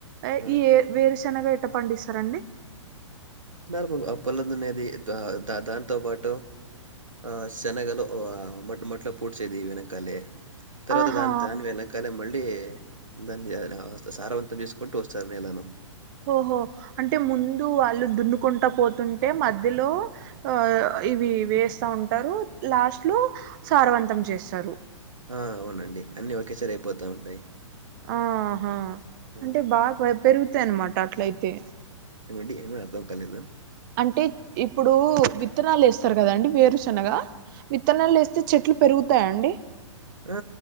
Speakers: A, on the right (about 40°); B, on the right (about 85°).
A: అ
B: ఆ!
A: ఈ ఎ వేరుశనగా ఎట్ట పండిస్తారండి
B: నార్మల్గ ఆ పొలం దున్నెది దా ద దాన్తో పాటు ఆ శనగలు ఉ ఆ <unintelligible> మొట్లో పూడ్చేది వెనకాలే తర్వాత
A: ఆహా
B: దాని దాని వెళ కాలే మళ్ళీ దాన్ని ఆ <unintelligible> సారవంతం చేసుకుంటూ వస్తారు నేలను
A: ఓహొ అంటె ముందు వాళ్ళు దున్నుకుంట పోతుంటే మధ్యలో ఆ ఇవి వేస్త ఉంటారు లాస్ట్లో సారవంతం చేస్తరు
B: ఆ అవునండి అన్నీ ఒకేసారి అయిపోతా ఉంటయ్
A: ఆహా
B: ఆ
A: అంటే బాగా పెరుగుతాయి అన్నమాట అట్లైతే
B: ఏమండి ఏమి అర్థం కాలేదు
A: అంటే ఇప్పుడు విత్తనాలు వేస్తరు గదండి వేరు శనగా విత్తనాలు ఎస్తే చెట్లు పెరుగుతాయండి
B: ఆ